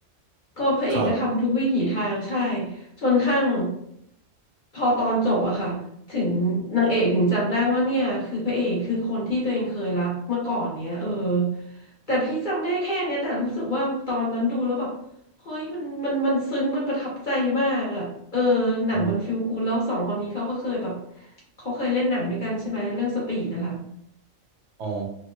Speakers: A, on the left (about 45°); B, on the right (about 75°).
A: ก็พระเอกก็ทำทุกวิถีทางใช่
B: ครับ
A: จนทั้งพอตอนจบอะค่ะถึงนางเอกถึงจำได้ว่าเนี่ยคือพระเอกคือคนที่ตัวเองเคยรักเมื่อก่อนเนี้ยเออแต่พี่จำได้แค่เนี้ยแต่รู้สึกว่าตอนนั้นดูแล้วแบบเฮ้ยมันมันมันซึ้งมันประทับใจมากอะเออหนังมันฟีลกูดแล้วสองคนนี้เขาก็เคยแบบ
B: อืม
A: เขาเคยเล่นหนังด้วยกันใช่ไหมเรื่องสปีดอะค่ะ
B: อ๋อ